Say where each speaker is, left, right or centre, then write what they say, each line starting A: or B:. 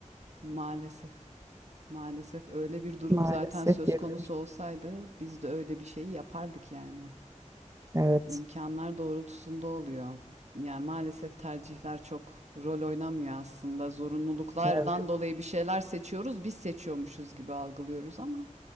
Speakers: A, on the right (about 60°); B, on the right (about 25°).
A: Maalesef. Maalesef öyle bir durum
B: Maalesef
A: zaten söz
B: geliyoruz.
A: konusu olsaydı biz de öyle bir şeyi yapardık yani.
B: Evet.
A: imkanlar doğrultusunda oluyor. Yani maalesef tercihler çok rol oynamıyor aslında. Zorunluluklardan
B: Evet.
A: dolayı bir şeyler seçiyoruz, biz seçiyormuşuz gibi algılıyoruz ama.